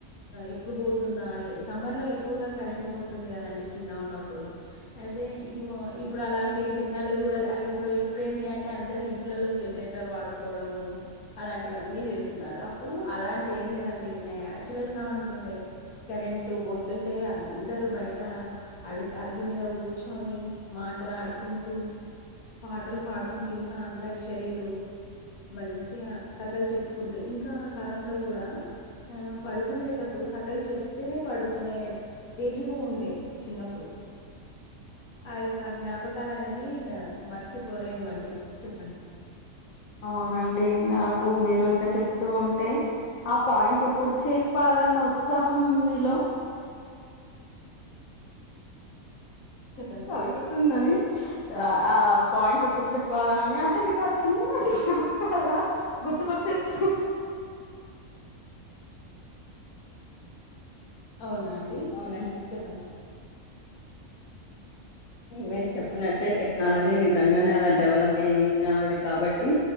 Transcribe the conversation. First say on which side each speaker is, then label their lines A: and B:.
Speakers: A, on the left; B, on the left.
A: ఎప్పుడు పోతుందా ఆ సమ్మర్లో ఎక్కువగా కరెంట్ పోతుంది కదండి చిన్నగా ఉన్నప్పుడు అయితే ఇప్పుడు ఇప్పుడు అలాంటి టెక్నాలజీ కూడా ఇప్పుడు ఇప్పుడు ఏంది అంటే అంటే అందరు ఇంట్లలో జనరేటర్ వాడుకోవడము అలాంటివన్నీ చేస్తున్నారు అప్పుడు అలాంటి ఏం లేదండి నాచురల్గా ఉంటుండే కరెంటట్ పోతుండే అందరు బయట అడుగు అరుగు మీద కూర్చొని మాటలు ఆడుకుంటూ పాటలు పాడుకు కుంట ఇంకా అంత్యక్షరీలు మంచిగా కథలు చెప్పుకుంటూ ఇంకా ఆ కాలంలో కూడా ఆ పడుకునేటప్పుడు కథలు చెప్తేనే పడుకునే స్టేజ్కు ఉండే చిన్నప్పుడు ఆ ఆ జ్ఞాపకాలు అనేది ఇం మర్చిపోలేనివండి చెప్పండి
B: అవునండి నాకు మీరు ఇంకా చెప్తూ ఉంటే ఆ పాయింట్ ఎప్పుడు చె పాలన్న ఉత్సాహం మీలో
A: చెప్పండి
B: ఎక్కుతుందని ఆ ఆ పాయింట్ ఎప్పుడు చెప్పాలని అంటే మీకు ఆ చిన్ననాటి నా జ్ఞాపకాల గుర్తుకొచ్చేసినయ్
A: అవునాండి
B: అవునండి
A: చెప్పండి
B: మీరు చెప్పినట్టే టెక్నాలజీ నిజంగానే అలా డెవలప్ అయినది కాబట్టి